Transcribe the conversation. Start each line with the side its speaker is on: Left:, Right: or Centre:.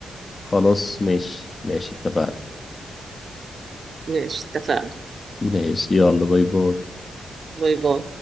Left: خلاص ماشي ماشي اتفقنا
Right: ماشي اتفقنا
Left: ماشي يلا باي باي
Right: باي باي